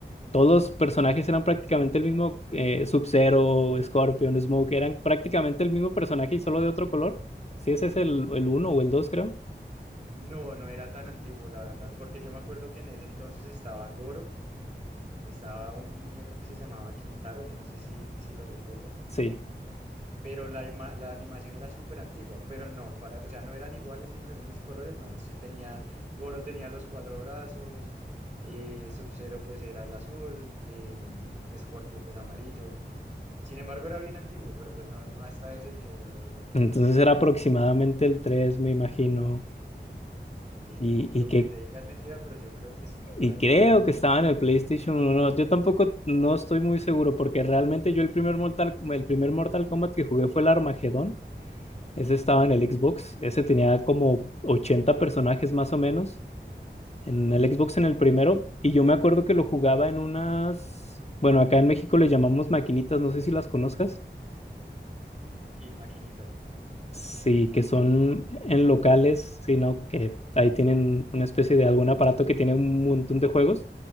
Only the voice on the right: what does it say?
No, no era tan antiguo, la verdad, porque yo me acuerdo que en ese entonces estaba Goro, estaba un muñeco que se llamaba Quintaro, yo no sé si, si lo recuerdas,
pero la, ima- la animación era súper antigua, pero no, para, o sea, no eran iguales y diferentes colores, no, sí tenía, Goro tenía los cuatro brazos, eh, Sub-Zero pues era el azul, eh, Scorpio pues amarillo, sin embargo era bien antiguo, pero pues no, no hasta ese nivel, la verdad.
Eh,
lo
que te diga es mentira, pero yo creo que sí, por
ahí.
Ok.
Y maquinitas.